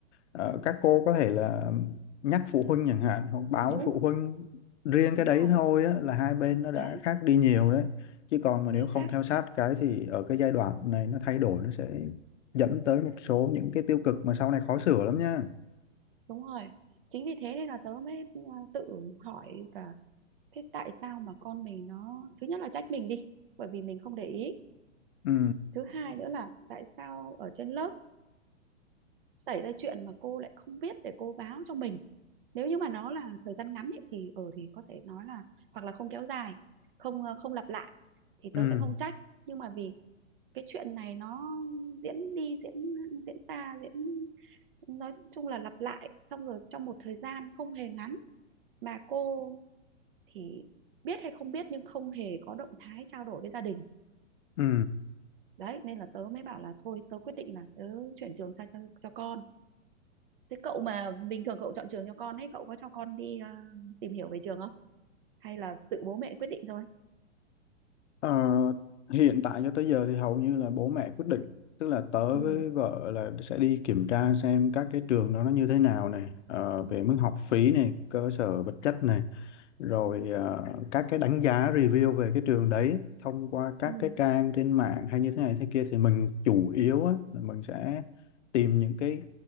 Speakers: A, on the left (about 65°); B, on the right (about 45°).
A: Ờ, các cô có thể là nhắc phụ huynh chẳng hạn hoặc báo
B: đúng,
A: với phụ huynh riêng
B: đúng
A: cái đấy
B: rồi.
A: thôi á, là hai bên nó đã
B: Đấy,
A: khác đi nhiều đấy chứ còn mà nếu
B: chính
A: không
B: xác,
A: theo sát cái thì ở cái giai đoạn này nó thay đổi nó sẽ dẫn tới một số những cái tiêu cực mà sau này khó sửa lắm nha
B: đúng rồi. Chính vì thế nên là tớ mới à, tự hỏi cả thế tại sao mà con mình nó thứ nhất là trách mình đi, bởi vì mình không để ý.
A: ừ
B: Thứ hai nữa là tại sao ở trên lớp xảy ra chuyện mà cô lại không biết để cô báo cho mình. Nếu như mà nó là thời gian ngắn ấy, thì ở thì có thể nói là hoặc là không kéo dài, không ờ, không lặp lại thì
A: ừ
B: tớ sẽ không trách, nhưng mà vì cái chuyện này nó diễn đi diễn diễn ra diễn nói chung là lặp lại xong rồi trong một thời gian không hề ngắn mà cô thì biết hay không biết nhưng không hề có động thái trao đổi với gia đình
A: ừ
B: đấy nên là tớ mới bảo là thôi tớ quyết định là tớ chuyển trường sang cho, cho con thế cậu mà bình thường cậu chọn trường cho con ấy cậu có cho con đi à, tìm hiểu về trường không hay là tự bố mẹ quyết định thôi
A: Ờ, hiện tại cho tới giờ thì hầu như là bố mẹ quyết định tức là tớ
B: ừ
A: với vợ là sẽ đi kiểm tra xem các cái trường đó nó như thế nào này ờ,
B: ừ
A: về mức học phí này cơ sở vật chất này rồi
B: ừ
A: ờ, các cái đánh giá review về cái trường đấy thông qua các
B: ừ
A: cái trang trên mạng hay như thế này thế kia thì mình chủ yếu á, là mình sẽ tìm những cái